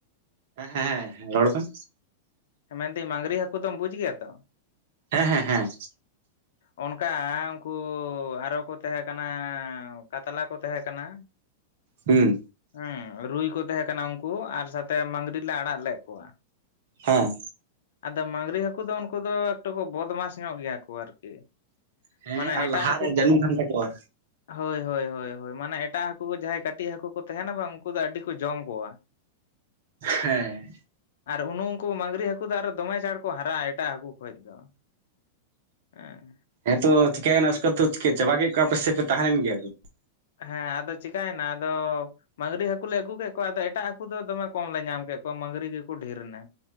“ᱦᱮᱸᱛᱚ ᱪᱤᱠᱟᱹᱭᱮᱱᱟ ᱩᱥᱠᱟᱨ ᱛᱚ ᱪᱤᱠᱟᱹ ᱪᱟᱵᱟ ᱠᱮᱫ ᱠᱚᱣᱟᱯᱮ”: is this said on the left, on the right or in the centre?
Right